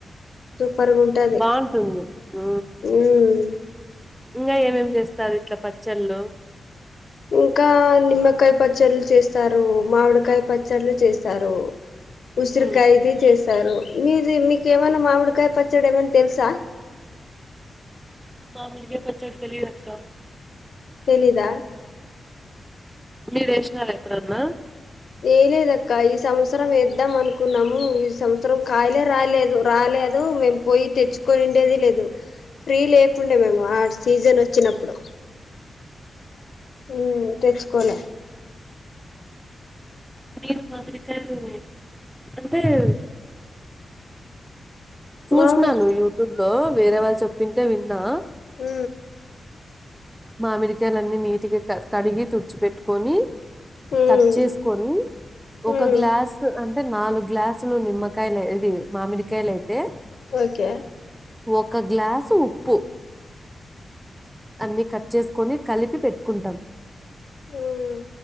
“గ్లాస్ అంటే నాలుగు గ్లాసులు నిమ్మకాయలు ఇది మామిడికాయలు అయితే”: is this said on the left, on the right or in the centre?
Centre